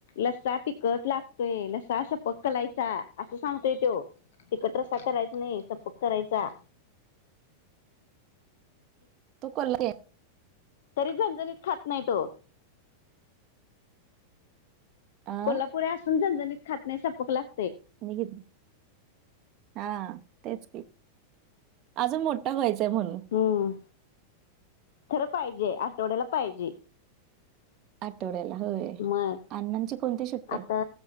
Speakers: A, on the left; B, on the right.
A: लस्सा तिकत लागतोय. लस्सा सपक कलायचा. असं सांगतोय त्यो. तिकट रसा करायचा नाही सपक करायचा.
B: <inaudible> तू कल की.
A: तरी झणझणीत खात नाही तो.
B: अ
A: कोल्हापुर असून झणझणीत खात नाही सपक लाग
B: नाही ग <unintelligible> हां तेच की, अजून मोठा व्हायचाय म्हणून.
A: हम्म खरं पाहिजे, आठवड्याला पाहिजे.
B: आठवड्याला होय.
A: मग
B: अण्णांची कोणती शिफ्ट आहे?
A: आता